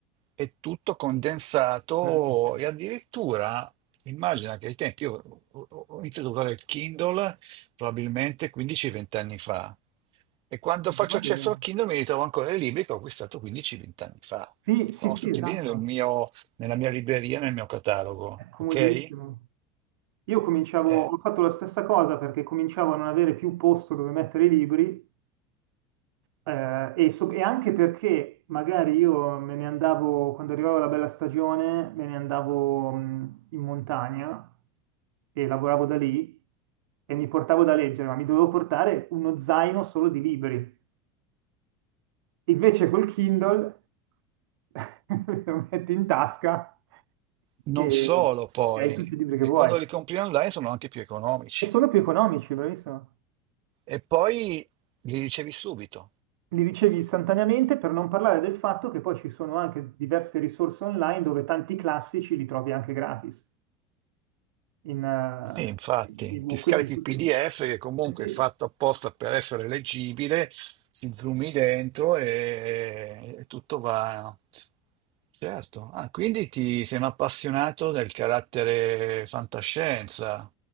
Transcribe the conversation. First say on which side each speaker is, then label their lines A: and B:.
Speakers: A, on the right (about 45°); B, on the right (about 85°).
A: è tutto condensato
B: Bravissimo.
A: e addirittura immagina che ai tempi io ho ho- ho iniziato a usare il Kindle probabilmente 15-20 anni fa. E quando
B: Eh,
A: faccio
B: Domani
A: accesso al Kindle mi ritrovo ancora i libri che ho acquistato 15-20 anni fa.
B: Sì,
A: Sono
B: sì, sì,
A: tutti
B: esatto,
A: lì nel mio nella mia libreria, nel mio catalogo,
B: è comodissimo.
A: ok?
B: Io cominciavo,
A: Eh,
B: ho fatto la stessa cosa perché cominciavo a non avere più posto dove mettere i libri eh, e, so- e anche perché magari io me ne andavo, quando arrivava la bella stagione, me ne andavo mh, in montagna e lavoravo da lì e mi portavo da leggere, ma mi dovevo portare uno zaino solo di libri. Invece col Kindle <laughs> lo metti in tasca
A: non
B: e
A: solo poi,
B: e hai tutti i libri che
A: che
B: vuoi.
A: quando li compri online sono anche più economici.
B: E sono più economici, bravissimo.
A: E poi li ricevi subito.
B: Li ricevi istantaneamente per non parlare del fatto che poi ci sono anche diverse risorse online dove tanti classici li trovi anche gratis. In, eh,
A: Sì, infatti,
B: in ebook.
A: ti scarichi
B: Quindi tutti-
A: il PDF che comunque
B: eh sì,
A: è fatto apposta per essere leggibile, si zoomi dentro e, e tutto va. Certo. Ah, quindi ti sei un appassionato del carattere fantascienza.